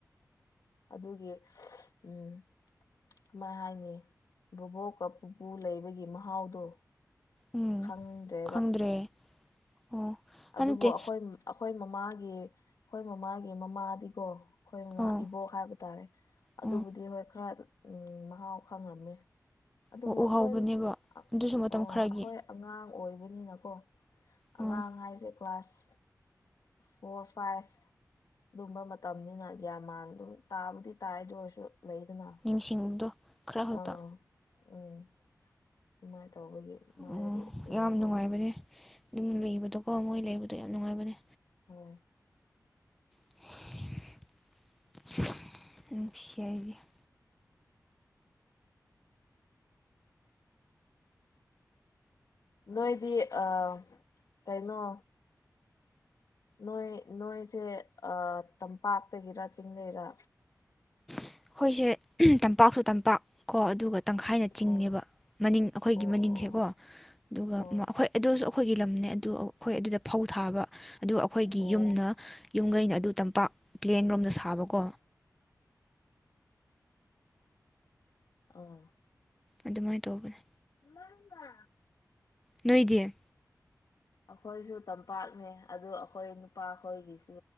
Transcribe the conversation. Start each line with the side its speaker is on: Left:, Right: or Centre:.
Left: ꯑꯗꯨꯒꯤ ꯎꯝ ꯑꯃ ꯍꯥꯏꯅꯤ ꯕꯣꯕꯣꯛꯀ ꯄꯨꯄꯨ ꯂꯩꯕꯒꯤ ꯃꯍꯥꯎꯗꯨꯣ
Centre: ꯎꯝ
Left: ꯈꯪꯗ꯭ꯔꯦꯕ
Centre: ꯈꯪꯗ꯭ꯔꯦ ꯑꯣ
Left: ꯑꯗꯨꯕꯨ
Centre: ꯅꯠꯇꯦ
Left: ꯑꯩꯈꯣꯏ ꯑꯩꯈꯣꯏ ꯃꯃꯥꯒꯤ ꯑꯩꯈꯣꯏ ꯃꯃꯥꯒꯤ ꯃꯃꯥꯗꯤꯀꯣ ꯑꯩꯈꯣꯏ ꯃꯃꯥ
Centre: ꯑꯣ
Left: ꯏꯕꯣꯛ ꯍꯥꯏꯕ ꯇꯥꯔꯦ ꯑꯗꯨꯕꯨꯗꯤ
Centre: ꯑꯣ
Left: ꯍꯣꯏ ꯈꯔ ꯃꯍꯥꯎ ꯈꯪꯉꯝꯃꯦ ꯑꯗꯨꯕꯨ
Centre: ꯎꯍꯧꯕꯅꯦꯕ
Left: ꯑꯩꯈꯣꯏ ꯑꯩꯈꯣꯏ
Centre: ꯑꯗꯨꯁꯨ ꯃꯇꯝ ꯈꯔꯒꯤ
Left: ꯑꯉꯥꯡ ꯑꯣꯏꯕꯅꯤꯅꯀꯣ ꯑꯉꯥꯡ
Centre: ꯎꯝ
Left: ꯍꯥꯏ ꯀ꯭ꯂꯥꯁ ꯐꯣꯔ ꯐꯥꯏꯚ ꯑꯗꯨꯝꯕ ꯃꯇꯝꯅꯤꯅ ꯒ꯭ꯌꯥꯟ ꯃꯥꯟ ꯑꯗꯨ ꯇꯥꯕꯨꯗꯤ ꯇꯥꯏꯗ ꯑꯣꯏꯔꯁꯨ ꯂꯩꯗꯅ
Centre: ꯅꯤꯡꯁꯤꯡꯕꯗꯣ ꯈꯔ
Left: ꯑꯥ
Centre: ꯍꯛꯇ
Left: ꯎꯝ ꯑꯗꯨꯃꯥꯏꯅ ꯇꯧꯕꯒꯤ ꯃꯥꯒꯤꯒꯤ
Centre: ꯎꯝ
Left: ꯀꯩꯅꯣ
Centre: ꯌꯥꯝ
Left: ꯇꯧꯕꯗꯣ
Centre: ꯅꯨꯡꯉꯥꯏꯕꯅꯦ ꯑꯗꯨꯝ ꯂꯨꯏꯕꯗꯣꯀꯣ ꯃꯣꯏ ꯂꯩꯕꯗꯣ ꯌꯥꯝ ꯅꯨꯡꯉꯥꯏꯕꯅꯦ
Left: ꯍ
Centre: ꯐ
Left: ꯅꯣꯏꯗꯤ ꯑ ꯀꯩꯅꯣ ꯅꯣꯏ ꯅꯣꯏꯁꯦ ꯇꯝꯄꯥꯛꯇꯒꯤꯔꯥ ꯆꯤꯡꯡꯂꯩꯔꯥ
Centre: ꯑꯩꯈꯣꯏꯁꯦ ꯇꯝꯄꯥꯛꯁꯨ ꯇꯝꯄꯥꯛ ꯀꯣ ꯑꯗꯨꯒ ꯇꯪꯈꯥꯏꯅ
Left: ꯑꯣ
Centre: ꯆꯤꯡꯉꯦꯕ ꯃꯅꯤꯡ ꯑꯩꯈꯣꯏꯒꯤ
Left: ꯑꯣ
Centre: ꯃꯅꯤꯡꯁꯦꯀꯣ ꯑꯗꯨꯒ
Left: ꯑꯣ
Centre: ꯑꯩꯈꯣꯏ ꯑꯗꯨꯁꯨ ꯑꯩꯈꯣꯏꯒꯤ ꯂꯝꯅꯦ ꯑꯗꯨ ꯑꯩꯈꯣꯏ ꯑꯗꯨꯗ ꯐꯧ ꯊꯥꯕ ꯑꯗꯨꯒ ꯑꯩꯈꯣꯏꯒꯤ
Left: ꯑꯣ ꯑꯣ
Centre: ꯌꯨꯝꯅ ꯌꯨꯝꯈꯩꯅ ꯑꯗꯨ ꯇꯝꯄꯥꯛ ꯄ꯭ꯂꯦꯟ ꯔꯣꯝꯗ ꯁꯥꯕꯀꯣ
Left: ꯑꯥ
Centre: ꯑꯗꯨꯃꯥꯏꯅ ꯇꯧꯕꯅꯦ
Left: ꯃꯥ ꯃꯥ
Centre: ꯅꯣꯏꯗꯌꯦ
Left: ꯑꯩꯈꯣꯏꯁꯨ ꯇꯝꯄꯥꯛꯅꯦ ꯑꯗꯨ ꯑꯩꯈꯣꯏ ꯅꯨꯄꯥꯈꯣꯏꯒꯤꯁꯨ